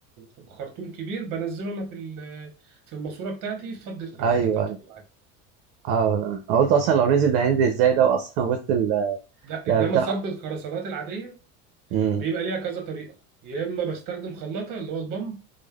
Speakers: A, on the right; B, on the right.
A: ب- بخرطوم كبير بنزله انا في ال- في الماسورة بتاعتي فضي الخرسانة
B: ايوه
A: بتاعته
B: ايوه
A: جوه عادي.
B: اه انا قلت اصلا لو نزل ده هينزل ازاي ده اصلا <laughs> وسط ال
A: لا
B: يعني
A: انما
B: بتاع
A: صب الخرسانات العادية
B: امم
A: بيبقى ليها كذا طريقه يا اما بستخدم خلاطه اللي هو البامب